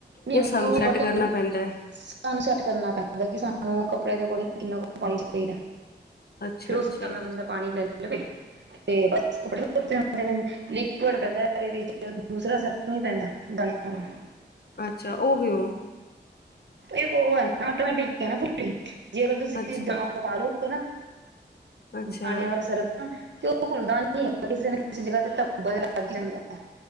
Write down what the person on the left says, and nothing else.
ਯਾ
ਸਾਨੂੰ
ਸੈਟ
ਕਰਨਾ ਪੈਂਦਾ ਐ।
ਅੱਛਾ
ਅੱਛਾ
ਅੱਛਾ, ਓ ਕਯੋਂ?
ਅੱਛਾ
ਅੱਛਾ